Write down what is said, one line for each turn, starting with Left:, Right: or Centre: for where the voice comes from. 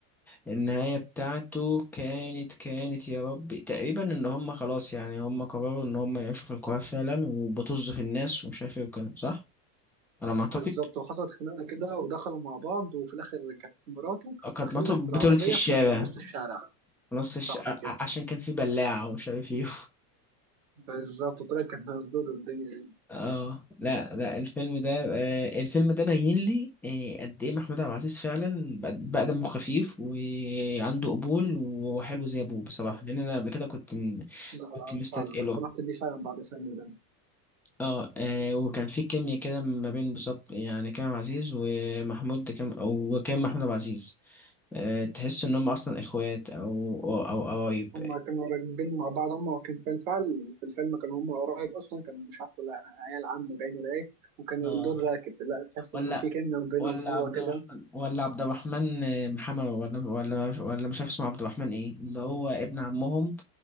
Centre: النهاية بتاعته كانت كانت يا ربي تقريبا ان هم خلاص يعني هم قرروا ان هم يعيشوا في القاهرة فعلا وبطز في الناس ومش عارف ايه وكده صح على ما اعتقد
Right: بالظبط وحصلت خناقه كده ودخلوا مع بعض وفي الاخر كانت مراته
Centre: كانت
Right: بتخلف
Centre: مراته
Right: في العربيه
Centre: بتولد في الشارع
Right: في نص الشارع
Centre: في نص الش...
Right: صح
Centre: ع-
Right: كده
Centre: عشان كان في بلاعة ومش عارف ايه
Right: بالظبط وطلعت كانت مسدود والدنيا يعني
Centre: اه لا لا الفيلم ده آه الفيلم ده بين لي آه قد ايه محمود عبد العزيز فعلا بقى بقى دمه خفيف وعنده قبول وحلو زي ابوه بصراحه
Right: حصل
Centre: لان انا قبل كده كنت م-
Right: لا لا
Centre: كنت مستثقله
Right: فعلا اقتنعت بيه فعلا بعد فيلم ده
Centre: اه آه، وكان في كيمياء كده ما بين بالظبط يعني كريم عبد العزيز ومحمود كام او وكان محمود عبد العزيز آه تحس ان هم اصلا اخوات او او أو قرايب
Right: هما كانوا راكبين مع بعض هما كان في الفعل في الفيلم كانوا هما قرايب اصلا كان مش عارف ولا عيال عم باين ولا ايه وكان
Centre: اه
Right: الدور راكب لا تحس
Centre: ولا
Right: انه في كيمياء بينهم
Centre: ولا
Right: حلوه
Centre: عبد
Right: كده
Centre: الرحمن ولا عبد الرحمن آه، محمد ولا ولا ولا مش عارف اسمه عبد الرحمن ايه اللي هو ابن عمهم